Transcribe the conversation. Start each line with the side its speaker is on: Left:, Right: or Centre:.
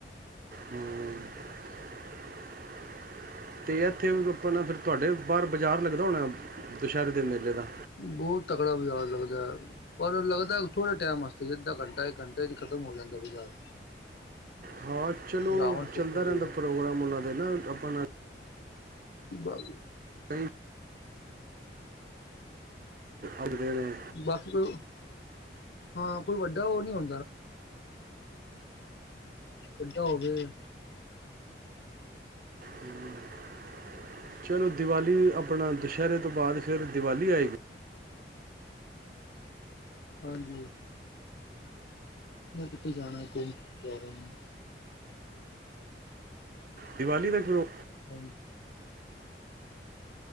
Right: ਹੂ <unintelligible> ਅਤੇ ਇੱਥੇ ਆਪਾਂ ਨਾ ਫਿਰ ਤੁਹਾਡੇ ਬਾਹਰ ਬਾਜ਼ਾਰ ਲੱਗਦਾ ਹੋਣਾ ਦੁਸਹਿਰੇ ਦੇ ਮੇਲੇ ਦਾ
Left: ਬਹੁਤ ਤਕੜਾ ਬਜਾਰ ਲੱਗਦਾ ਹੈ ਪਰ ਲੱਗਦਾ ਥੋੜੇ, ਟਾਈਮ ਵਾਸਤੇ ਸੀ। ਅੱਧਾ ਘੰਟਾ, ਇੱਕ ਘੰਟੇ ਚ ਖਤਮ ਹੋ ਜਾਂਦਾ ਬਾਜ਼ਾਰ।
Right: ਹਾਂ, ਚਲੋ
Left: ਰਾਵਣ ਸ਼ੋਪਨ
Right: ਚੱਲਦਾ ਰਹਿੰਦਾ
Left: ਤੋਂ
Right: ਪ੍ਰੋਗਰਾਮ, ਉਹਨਾਂ ਦੇ ਨਾ ਆਪਣਾ।
Left: ਬਾ-
Right: ਕਈ ਅੱਗ ਦੇਵੇ।
Left: ਬਾਕੀ ਕੋਈ, ਹਾਂ ਕੋਈ, ਵੱਡਾ ਉਹ ਨਹੀਂ ਹੁੰਦਾ। ਉੁੱਚਾ ਹੋਵੇ।
Right: ਹੂੰ <unintelligible> ਚਲੋ ਦਿਵਾਲੀ ਆਪਣਾ, ਦੁਸਹਿਰੇ ਤੋਂ ਬਾਅਦ, ਫੇਰ ਦਿਵਾਲੀ ਆਏਗੀ।
Left: ਹਾਂਜੀ, ਮੈਂ ਕਿਥੇ ਜਾਣਾ <unintelligible>
Right: ਦੀਵਾਲੀ ਦਾ ਜੋ
Left: ਹਾਂਜੀ